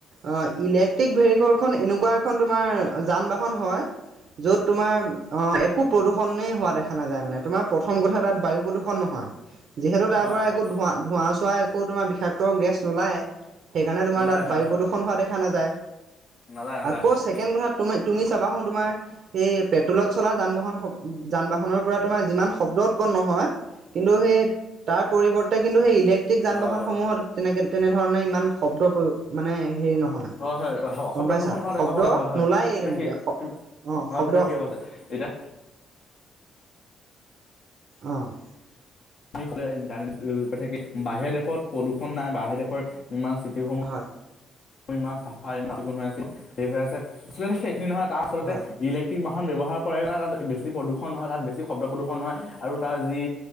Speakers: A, on the right (about 65°); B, on the left (about 60°).
A: অ', ইলেকট্ৰিক ভেহিকলখন এনেকুৱা এখন তোমাৰ যান-বাহন হয় য'ত তোমাৰ অ' একো প্ৰদূষণেই হোৱা দেখা নাযায় মানে, তোমাৰ প্ৰথম কথা তাত বায়ু প্ৰদূষণ নহয়। যিহেতু তাৰ
B: হয়
A: পৰা
B: হয়
A: একো ধোঁৱা, ধোঁৱা-চোৱা একো তোমাৰ বিষাক্ত গেছ নোলায়ে। সেইকাৰণে, তোমাৰ
B: নোলায়
A: তাত
B: হয়
A: বায়ু
B: হয়
A: প্ৰদূষণ হোৱা দেখা নাযায়।
B: নাযায় নাযায়
A: আকৌ
B: হয়
A: ছেকেণ্ড কথাত তুমি, তুমি চাবাহো তোমাৰ সেই পেট্ৰ'লত চলা যান-বাহন স যান-বাহনৰ পৰা তোমাৰ যিমান শব্দ উৎপন্ন হয় কিন্তু সেই তাৰ পৰিৱৰ্তে কিন্তু সেই ইলেক ট্ৰিক যান-বাহনসমূহত
B: হয় হয়
A: তেনেকে তেনেধৰণে ইমান শব্দ পয়ো মানে হেৰি নহয়।
B: হয়, হয়, হ
A: গম
B: শব্দপ্ৰহণ
A: পাইছা
B: হোৱা
A: শব্দ
B: দেখা পোৱা যায়, হয়, হয়,
A: নোলায়েই
B: তুমি
A: তেনেকে
B: ঠিক তু
A: অঁ
B: অ',
A: শব্দ
B: তুমি ঠিকে কৈছা, এতিয়া
A: অ'।
B: আমি <unintelligible> ইণ্টাৰনেট থাকি বাহিৰা দেশত প্ৰদূষণ নাই, বাহিৰ দেশৰ ইমান চিটি সমূহ
A: হয়।
B: ইমান চাফা ইমান চিকুণ হৈ আছিল হেই হৈ আছে, <unintelligible> সেইখিনি নহয় তাৰ আচলতে
A: হয়
B: ইলে ট্ৰিক বাহন ব্যৱহাৰ কৰে কাৰণে তাত বেছি প্ৰদূষণ নহয়, তাত বেছি শব্দ প্ৰদূষণ নহয় আৰু তাৰ যি